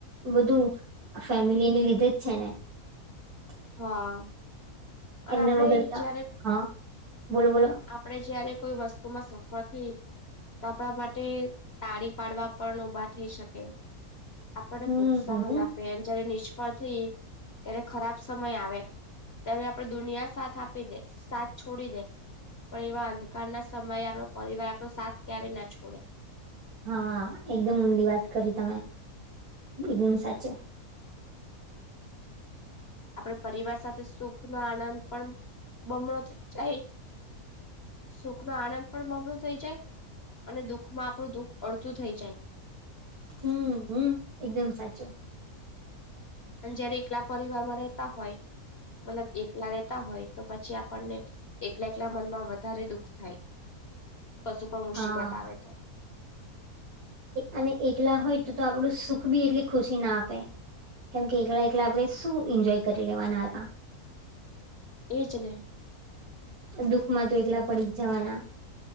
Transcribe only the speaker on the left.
હા અન
આપણે
જયારે આપ
આપડે જયારે કોઈ વસ્તુમાં સફર થઈ તો આપણા માટે તાળી પાડવા પણ ઉભા થઈ શકે. આપને
પ્રોત્સાહન આપ જયારે નિષ્ફળ થઈએ ત્યારે ખરાબ સમય આવે ત્યારે આપ પણ દુનિયા સાથ આપી દે સાથ છોડી દે. પણ એવા અંધકાર ના સમયે આપણો પરિવાર આપણો સાથ ક્યારે ના છોડે.
આપડે પરિવાર સાથે સુખ નો આનંદ પણ બમણો થ જાય. સુખ નો આનંદ પણ મમળું થઈ જાય અને દુઃખમાં આપણું દુઃખ અડધું થઈ જાય.
અને જયારે એકલા પરિવારમાં રહેતા હોય મતલબ એકલા રહેેતા હોય તો પછી આપણને એકલા એકલા મનમાં વધારે દુઃખ થાય કશું પણ મુસીબત
આવે તો.
એજ ને.